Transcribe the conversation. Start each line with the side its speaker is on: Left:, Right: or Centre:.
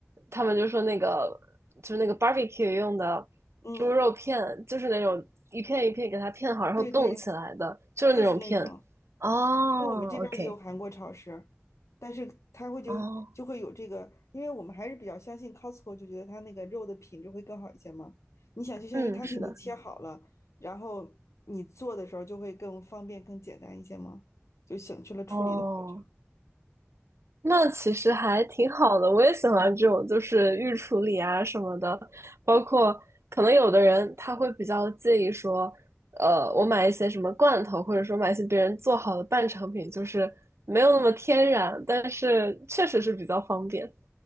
Right: 他们就说那个就是那个 barbecue 用的猪肉片，
Left: 嗯，
Right: 就是那种一片一片给它片好，然后冻起来的，
Left: 对对，
Right: 就是那种片。
Left: 就是那种。
Right: 哦，OK。
Left: 因为我们这边儿也有韩国超市，但是它会就就会有这个，
Right: 哦，
Left: 因为我们还是比较相信 Costco，就觉得它那个肉的品质会更好一些嘛。你想，就相当于他给你切好了，
Right: 嗯，是的。
Left: 然后你做的时候就会更方便、更简单一些嘛，就省去了处理的过程。
Right: 哦，那其实还挺好的，我也喜欢这种，就是预处理啊什么的，包括可能有的人他会比较介意说，呃，我买一些什么罐头，或者说买一些别人做好的半成品，就是没有那么天然，但是确实是比较方便，